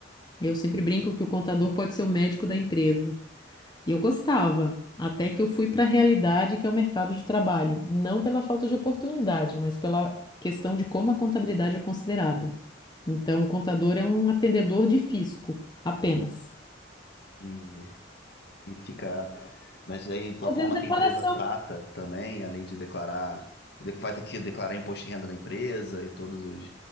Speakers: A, on the left (about 25°); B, on the left (about 60°).
A: Eu sempre brinco que o contador pode ser o médico da empresa. E eu gostava, até que eu fui para a realidade, que é o mercado de trabalho. Não pela falta de oportunidade, mas pela questão de como a contabilidade é considerada. Então, o contador é um atendedor de fisco, apenas.
B: e, e ficar. Mas aí, com
A: Fazendo
B: a forma
A: declaração.
B: que a empresa trata também, além de declarar, de- faz aqui declarar imposto de renda da empresa e todos os,